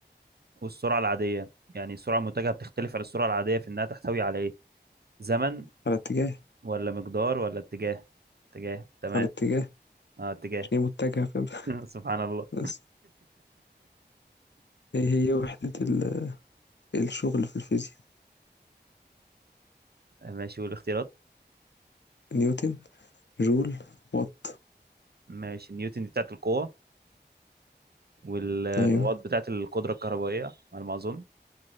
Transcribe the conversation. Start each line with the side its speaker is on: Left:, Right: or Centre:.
Right: والسرعة العادية يعني السرعة المتجهة بتختلف عن السرعة العادية في إنها تحتوي على إيه زمن
Left: على اتجاه
Right: ولا مقدار ولا اتجاه اتجاه تمام
Left: على اتجاه
Right: اه اتجاه
Left: عشان هي متجهة فاهم
Right: <laughs> سبحان الله
Left: <laughs> بس إيه هي وحدة ال- الشغل في الفيزياء
Right: <laughs> ماشي والاختيارات
Left: نيوتن جول وات
Right: ماشي نيوتن دي بتاعت القوة والوات
Left: أيوه
Right: بتاعت القدرة الكهربائية على ما أظن